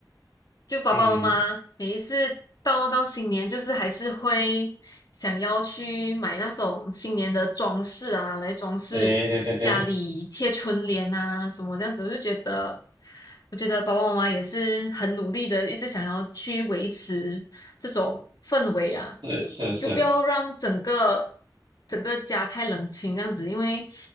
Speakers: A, on the left; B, on the right.
A: 就爸爸妈妈每一次到到新年，
B: 嗯，
A: 就是还是会想要去买那种新年的装饰啊，来装饰家里贴春联啊什么这样子，
B: 对对对对，
A: 我就觉得，我觉得爸爸妈妈也是很努力的，一直想要去维持这种氛围啊，
B: 是是是，
A: 就不要让整个整个家太冷清这样子，因为